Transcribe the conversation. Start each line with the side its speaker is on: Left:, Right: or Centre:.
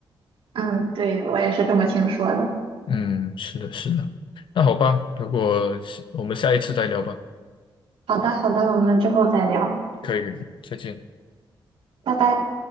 Right: 嗯，对，我也是这么听说的。
Left: 嗯，是的，是的。那好吧，如果是我们下一次再聊吧，
Right: 好的好的，我们之后再聊，
Left: 可以，可以，再见。
Right: 拜拜。